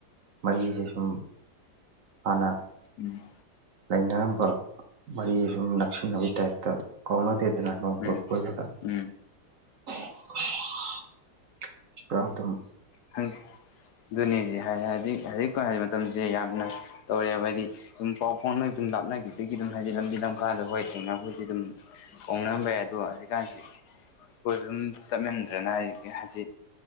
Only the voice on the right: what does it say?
ꯃꯔꯤꯁꯦ ꯁꯨꯝ ꯑꯂ
ꯂꯩꯅꯔꯝꯕ ꯃꯔꯤꯁꯦ ꯁꯨꯝ ꯅꯛꯁꯤꯟꯅꯕꯒꯤ ꯇꯥꯏꯞꯇ ꯀꯥꯎꯅꯗꯦꯗꯅ
<unintelligible>